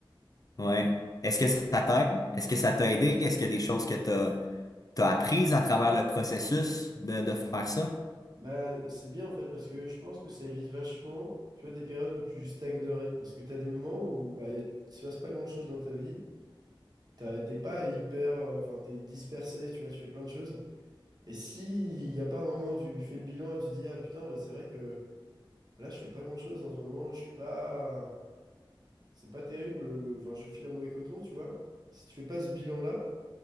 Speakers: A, on the left (about 45°); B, on the right (about 50°).
A: Ouais. Est-ce que
B: Et,
A: ça t'aide? Est-ce que ça t'a aidé? Est-ce qu'il y a des choses que t'as t'as apprises à travers le processus de, de faire ça?
B: bah, c'est bien en fait parce que je pense que ça évite vachement, tu vois, des périodes où tu stagnerais. Parce que t'as des moments où bah, il se passe pas grand-chose dans ta vie. T'as- T'es pas hyper, euh, enfin, t'es dispersé, tu vois, tu fais plein de choses. Et si il n'y a pas un moment où tu fais le bilan et tu te dis, ah putain, bah, c'est vrai que là, je fais pas grand-chose en ce moment, je suis pas... C'est pas terrible, le- enfin, je file un mauvais coton, tu vois. Si tu fais pas ce bilan-là,